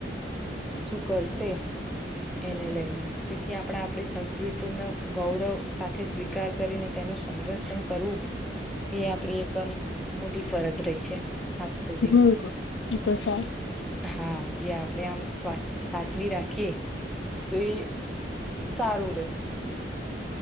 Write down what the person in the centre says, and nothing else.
શું કરશે એને લઈને તેથી આપડા આપડી સંસ્કૃતિ નુ ગૌરવ સાથે સ્વીકાર કરીને તેનું સંંગક્ષણ કરવું એ આપડી એકમ મોટી ફરદ રઈ છે. આજ સુધી.
હા જે આપ આપડે આમ સા-સાચવી રાખીએ તો એ સારું રેય.